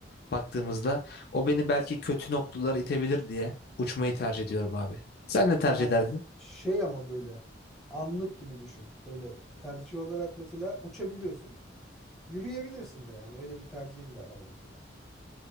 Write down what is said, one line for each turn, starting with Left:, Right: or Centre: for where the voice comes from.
Left: baktığımızda o beni belki kötü noktalara itebilir diye uçmayı tercih ediyorum abi. Sen ne tercih
Centre: yani
Left: ederdin?
Centre: şey ama böyle anlık gibi düşün. Böyle tercih olarak mesela uçabiliyorsun Yürüyebilirsin de yani öyle bir tercihin de var mesela.